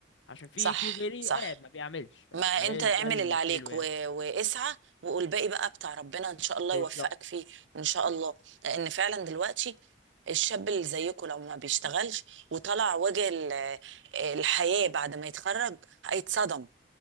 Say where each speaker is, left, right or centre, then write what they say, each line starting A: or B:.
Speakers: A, on the left; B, on the right.
A: عشان في
B: صح
A: في غيري
B: صح
A: قاعد ما بيعملش ف- فهي
B: ما انت اعمل
A: ده الحلو
B: اللي عليك
A: يعني
B: و... واسعى وقول باقي بقى بتاع ربنا ان شاء الله
A: بالظبط
B: يوفقك فيه ان شاء الله لان فعلا دلوقتي الشاب اللي زيكم لو ما بيشتغلش وطلع وجه ال- الحياه بعد ما يتخرج هيتصدم